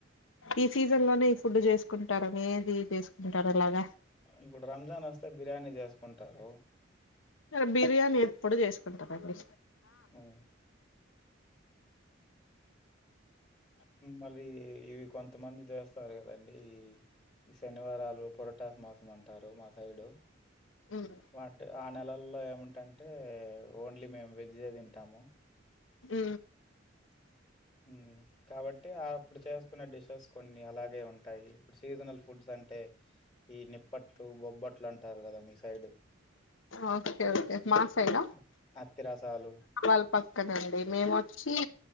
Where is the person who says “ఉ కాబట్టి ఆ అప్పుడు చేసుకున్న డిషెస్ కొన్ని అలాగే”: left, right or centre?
Left